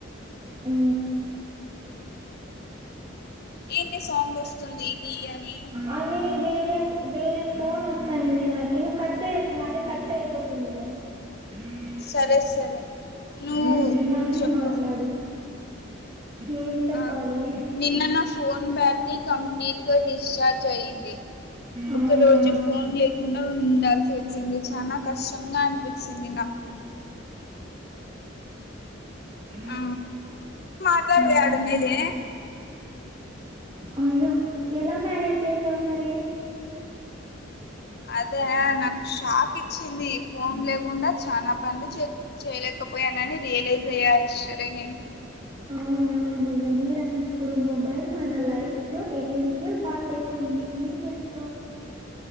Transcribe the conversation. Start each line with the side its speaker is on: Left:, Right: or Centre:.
Right: ఉ
Left: ఏంటి సాంగ్ వస్తుంది గీ అని
Right: అది వేరే వేరే ఫోన్ వస్తుంది నాకి నువ్వు కట్టేయకు అదే కట్ అయిపోతుందిలే ఆ
Left: సరే సరే నువ్వు
Right: ముందులానే
Left: చెప్పు
Right: మాట్లాడు ఏం చెప్పాలి
Left: ఆ నిన్న నా ఫోన్ బ్యాటరీ కంప్లీట్గా డిశ్చార్జ్ అయ్యింది
Right: అవునా!
Left: ఒక రోజు ఫోన్ లేకుండా ఉండాల్సి వచ్చింది చానా కష్టంగా అనిపించింది నాకు
Right: ఆ
Left: ఆ మాట్లాడు
Right: హ్మ్.
Left: ఆడున్నేది
Right: అయ్యో ఎలా మనేజ్ చేసావు మరి
Left: అదా నాకు షాక్ ఇచ్చింది ఫోన్ లేకుండా చానా పన్లు చే చేయలేకపోయానని రియలైజ్ అయ్యా ఎస్టర్డే నేను
Right: అవునా నిజా మీరా ఇప్పుడు మొబైల్ మన లైఫ్ లో ఎసెన్షియల్ పార్ట్ అయిపోయింది ఏం చేస్తావు